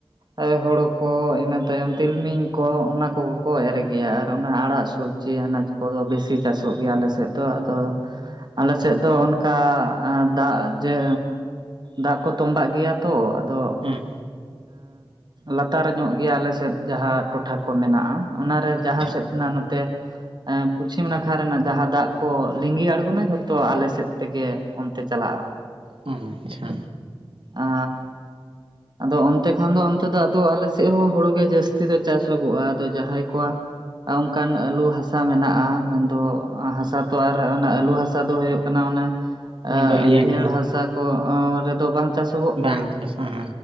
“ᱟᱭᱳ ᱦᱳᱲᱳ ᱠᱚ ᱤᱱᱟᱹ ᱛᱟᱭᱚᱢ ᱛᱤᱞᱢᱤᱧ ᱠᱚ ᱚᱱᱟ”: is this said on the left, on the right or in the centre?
Right